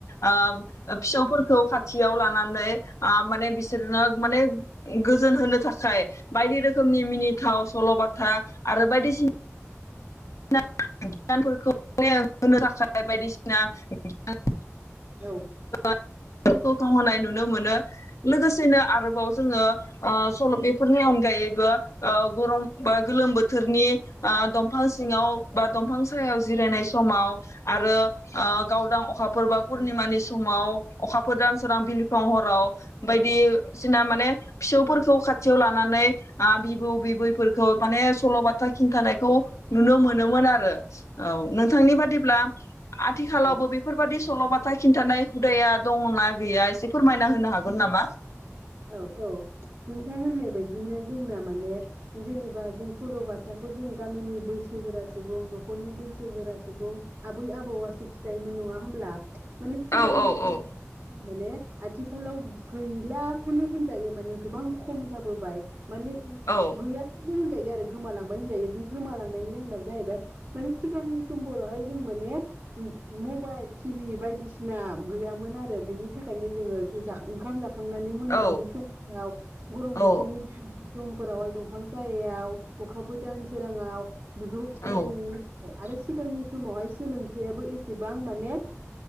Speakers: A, on the left; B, on the right.
A: ओ फिसौफोरखौ खाथि थियाव लानानै ओ माने बिसोरनो माने गोजोन होनो थाखाय बायदि रोखोमनि मिनिथाव सल' बथा आरो बायदिसिन <unintelligible> गियानफोरखौ माने होनो थाखाय बायदिसिना <unintelligible>
B: औ
A: <unintelligible> होनाय नुनो मोनो लोगोसे सेनो आरोबाव जों ओ सल' बेफोरनि अनगायैबो ओ गरम। बा गोलोम बोथोरनि। ओ दंफान। सिङाव बा दंफां सायाव जिरायनाय समाव आरो। गावदां अखाफोरबा। पुर्निमानि समाव अखा। फोर दानसोरां बिलिफां हराव। बायदिसिना माने। फिसौफोरखौ खाथियाव लानानै। बिबौ बिबैफोरखौ माने। सल' बाथा। था खिनथानायखौ। नुनो मोनोन आरो औ नोंथांनि बादिब्ला आथिखालावबो
B: ओं
A: बेफोरबायादि। सल'बाथा खिन्थानाय हुदाया दंना गैया एसे फोरमायना होनो हागोन नामा।
B: औ औ नोंथां होननाय बायदिनो जोंना माने जेनेबा जों सल'बाथाखौ जों गामिनि बैसोगोरा सुबुं न'खरनि बैसोगोरा सुबुं आबै आबौआसो खिथायोमोन नङा होमब्ला। माने सिगांनि
A: औ औ
B: सम।
A: औ
B: माने आथिखालाव गैला। खुनु होनजायो माने गोबां खम जाबोबाय। माने
A: औ
B: गैया। होनजायो आरो गोमालांबाय होनजायो बे गोमालांनायनि जाहोनाबो जाहैबाय माने सिगांनि समफोरावहाय जों माने मबाइल टिभि बायदिसिना गैयामोन आरो बिनि। नि थाखायनो जोङो ओंखाम जाखांनानै मोनो।
A: औ
B: लि समफोराव गरम बोथोरनि।
A: औ
B: समफोरावहाय दंफां सायाव अखाबो दान सोराङाव। बेफोरखौ खिन्थानाय
A: औ
B: नुयोमोन आरो आरो। सिगांनि समावहाय सोलोंथाइयाबो एसेबां माने